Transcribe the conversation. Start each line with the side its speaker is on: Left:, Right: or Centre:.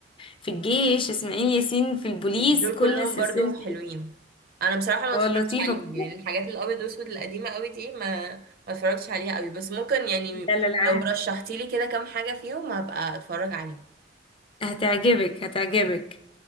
Left: في الجيش إسماعيل ياسين في البوليس
Right: مم. دول
Left: كل
Right: كلهم
Left: سلسلة
Right: برضو حلوين انا بصراحه ما
Left: اه
Right: اتفرجتش
Left: لطيفة
Right: عليهم
Left: كلها
Right: يعني الحاجات الابيض واسود القديمه قوي دي ما ما اتفرجتش عليها قوي بس ممكن يعني
Left: لا لا لا
Right: لو رشحتي لي كده كام حاجه فيهم هبقى اتفرج عليهم
Left: هتعجبك هتعجبك